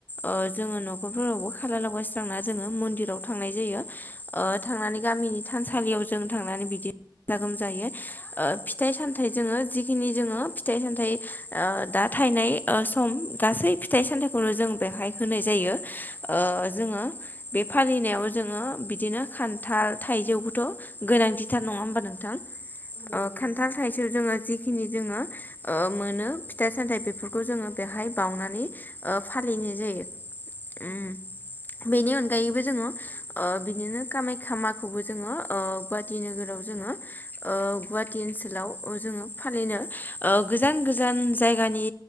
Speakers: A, on the left; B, on the right.
A: ओ जोङो न'खरफोरावबो खाला लगायस्रांना जोङो मन्दिराव थांनाय जायो। ओ थांनानै गामिनि थानसालियाव जों थांनानै बिदि गाजा गोमजायै ओ फिथाइ सामथाइ जोङो जिखिनि जोङो फिथाइ सामथाइ ओ दा थाइनाय ओ सम गासै फिथाइ सामथाइखौनो जों बेहाय होनाय जायो ओ जोङो बे फालिनायाव जोङो बिदिनो खान्थाल था इजौखौथ' गोनांथिथार नङा होमबा नोंथां।
B: <unintelligible>
A: ओ खान्थाल थाइजौ जोङो जिखिनि जोङो ओ मोनो फिथाइ सामथाय बेफोरखौ जोङो बेहाय बाउनानै ओ फालिनाय जायो। <unintelligible>
B: अ।
A: उम बेनि अनगायैबो जोङो ओ बिदिनो खामायखा माखौबो जोङो ओ गुवाहाटि नोगोराव जोङो ओ
B: औ
A: गुवाहा ति ओनसोलाव जोङो फालिनो ओ गोजान गोजान जायगानि